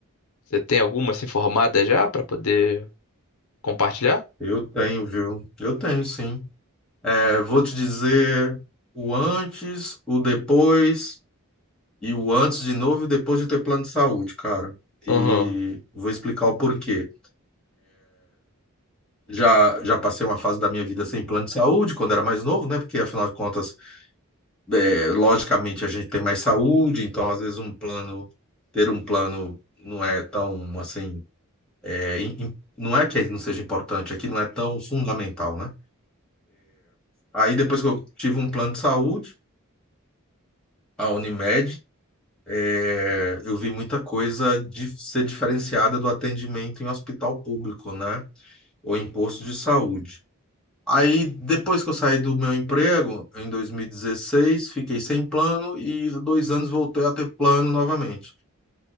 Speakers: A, on the left; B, in the centre.
A: Você tem alguma se informada já pra poder compartilhar?
B: Eu tenho, viu? Eu tenho, sim. É, vou te dizer o antes, o depois e o antes de novo e o depois de ter plano de saúde, cara.
A: Aham,
B: E vou explicar o porquê. Já, já passei uma fase da minha vida sem plano de saúde, quando era mais novo, né? Porque, afinal de contas, É, logicamente a gente tem mais saúde, então às vezes um plano, ter um plano não é tão assim, é, im- im- não é que não seja importante, aqui não é tão fundamental, né? Aí depois que eu tive um plano de saúde, a Unimed, é, eu vi muita coisa de ser diferenciada do atendimento em hospital público, né? Ou em posto de saúde. Aí depois que eu saí do meu emprego, em 2016, fiquei sem plano e há dois anos voltei a ter plano novamente.